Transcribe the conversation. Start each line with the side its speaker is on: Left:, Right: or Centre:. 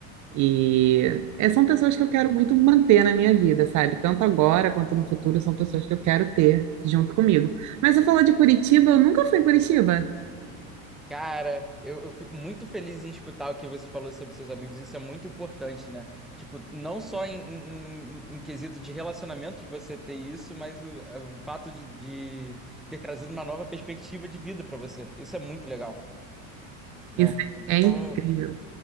Right: E é, são pessoas que eu quero muito manter na minha vida, sabe? Tanto agora quanto no futuro, são pessoas que eu quero ter junto comigo. Mas você falou de Curitiba, eu nunca fui em Curitiba.
Centre: Cara, eu, eu fico muito feliz em escutar o que você falou sobre seus amigos, isso é muito importante, né? Tipo, não só em, em, em- em quesito de relacionamento de você ter isso, mas o, é, o fato de, de ter trazido uma nova perspectiva de vida pra você. Isso é muito legal, né?
Right: Isso
Centre: Então,
Right: é incrível.